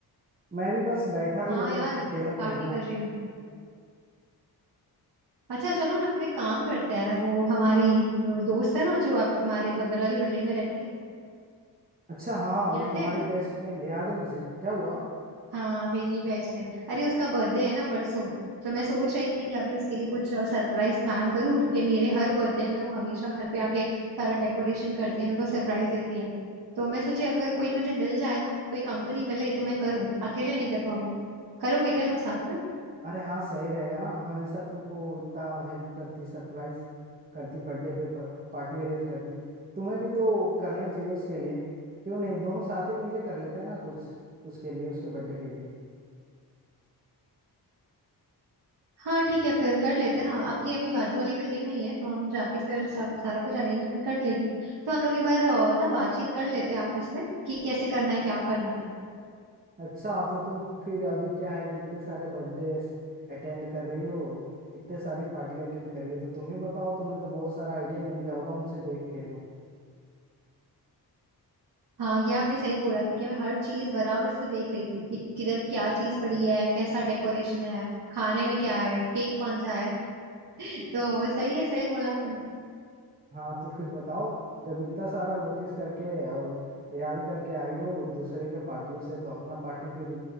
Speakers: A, on the right (about 20°); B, on the right (about 65°).
A: मैं भी बस बैठा ही
B: हाँ
A: हूँ
B: यार
A: अकेला
B: पार्टी
A: पड़ गया
B: कर
A: हूँ
B: रही हूँ अच्छा चलो ना फिर एक काम करते हैं वो हमारी वो दोस्त है ना जो आप तुम्हारे बगल वाली बिल्डिंग में रहती है
A: अच्छा हाँ
B: याद
A: वो तुम्हारे
B: है
A: बेस्ट फ्रेंड याद है मुझे क्या हुआ
B: हाँ मेरी बेस्ट फ्रेंड अरे उसका बर्थडे है ना परसों तो मैं सोच रही थी कि अभी उसके लिए कुछ सरप्राइज प्लान करूँ क्योंकि मेरे हर बर्थडे में वो हमेशा घर पे आके सारा डेकोरेशन करती है मेरे को सरप्राइज देती है तो मैं सोची अगर कोई मुझे मिल जाए ना कोई कंपनी मिले तो मैं करूँ अकेले नहीं कर पाऊंगी करोगे क्या तुम साथ में
A: अरे हाँ सही रहेगा ना हमेशा तुमको इतना हेल्प करती सरप्राइज करती बर्थडे पे पार्टी अरेंज करती तुम्हें भी तो करना ही चाहिए उसके लिए क्यों नहीं दोनों साथ ही मिलके कर लेते हैं ना कुछ उसके लिए उसके बर्थडे के लिए
B: हाँ ठीक है फिर कर लेते हैं ना आपकी अभी बाजू वाली बिल्डिंग में ही है तो हम जाके फिर सा, सारा कुछ अरेंजमेंट कर लेंगे तो हम लोग एक बार अ, ना बातचीत कर लेते हैं आपस में कि कैसे करना है क्या करना है
A: अच्छा तो तुम फिर अभी क्या है कि इतने सारे बर्थडे अटेंड कर रही हो इतने सारी पार्टी अटेंड कर रही हो तो तुम ही बताओ तुम्हें तो बहुत सारा आइडिया मिल गया होगा उनसे देख के तो
B: हाँ ये आपने सही बोला क्योंकि मैं हर चीज बराबर से देख रही थी कि किधर क्या चीज पड़ी है कैसा डेकोरेशन है खाने में क्या है केक कौन सा है <laughs> तो सही है सही बोला आपने
A: हाँ तो फिर बताओ जब इतना सारा नोटिस करके और याद करके आई हो दूसरे के पार्टियों से तो अपना पार्टी फिर